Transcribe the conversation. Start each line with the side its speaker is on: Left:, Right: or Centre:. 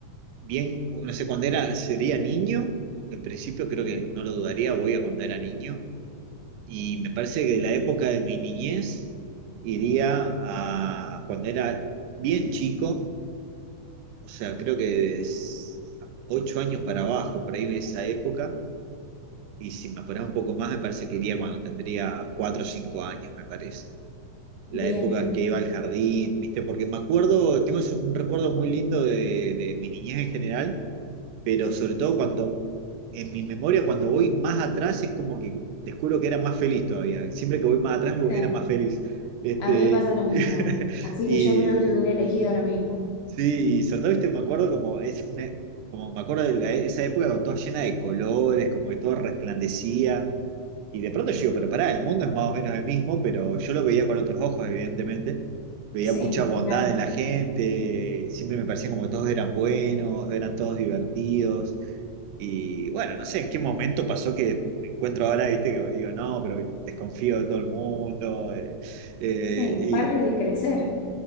Right: bien, no sé, cuando era, sería niño, en principio creo que no lo dudaría, voy a cuando era niño, y me parece que de la época de mi niñez iría a cuando era bien chico, o sea, creo que de s- ocho años para abajo, por ahí de esa época, y si me apurás un poco más, me parece que iría cuando tendría cuatro o cinco años, me parece. la
Left: Bien,
Right: época
Left: bien.
Right: que iba al jardín, ¿viste? Porque me acuerdo, tengo eso- un recuerdo muy lindo de, de mi niñez en general, pero sobre todo cuando, en mi memoria, cuando voy más atrás es como que descubro que era más feliz todavía. Siempre que voy más atrás
Left: Sí,
Right: era más feliz. Este,
Left: a mí me pasa lo mismo.
Right: <laughs>
Left: Así
Right: y
Left: que yo creo que hubiera elegido lo mismo.
Right: sí, y sobre todo, ¿viste? Me acuerdo como es una- como me acuerdo de la- esa época con toda llena de colores, como que todo resplandecía. Y de pronto yo digo, pero pará, el mundo es más o menos el mismo, pero yo lo veía con otros ojos, evidentemente. Veía
Left: Sí,
Right: mucha
Left: ni
Right: bondad
Left: hablar.
Right: en la gente, siempre me parecía como que todos eran buenos, eran todos divertidos. Y bueno, no sé en qué momento pasó que me encuentro ahora, viste, que digo, no, pero desconfío de todo el mundo. eh, eh,
Left: Sí,
Right: y
Left: parte de crecer,